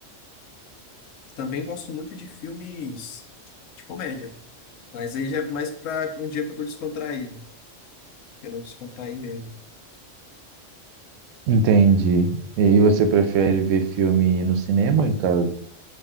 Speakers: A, on the left (about 85°); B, on the right (about 85°).
A: Também gosto muito de filmes de comédia, mas aí já é mais para um dia que eu tô descontraído, que eu não descontrair mesmo.
B: Entendi. E aí você prefere ver filme no cinema ou em casa?